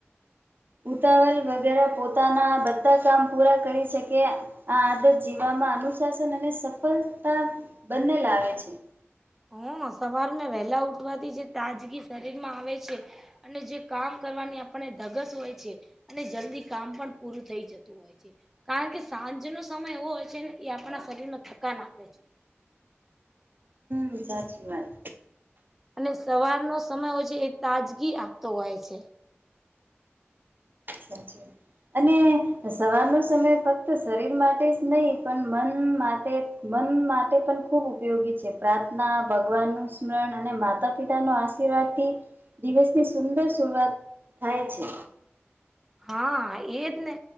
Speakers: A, on the right; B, in the centre.
A: ઉતાવલ વગર આ પોતાના બધા કામ પૂરા કરી શકેએ આ જીવવામાં અનુશાસન અને સફળતા બંને લાવે છે.
B: હ સવાર મા વહેલા ઉઠવાથી જે તાજગી શરીર માં આવે છે અને જે કામ કરવાની આપને ધગસ હોય છે અને જલ્દી કામ પણ પૂરું થઈ જતું હોય છે. કારણ કે સાંજ ન સમય એવો હોય છે ને એ આપણા શરીર માં થકાન આપે છે.
A: હુ સાચી વાત.
B: અને સવારનો સમય હોય છે એ તાજગી આપતો હોય છે.
A: સાંજે અને સવારનો સમય ફક્ત શરીર માટે જ નહી પણ મન માટે મન માટે પણ ખૂબ ઉપયોગી છે પ્રાર્થના ભગવાનનું સ્મરણ અને માતા પિતાના આસ્થા. એનાથી દિવસની સુંદર શરૂઆત થાય છે.
B: હા એજ ને.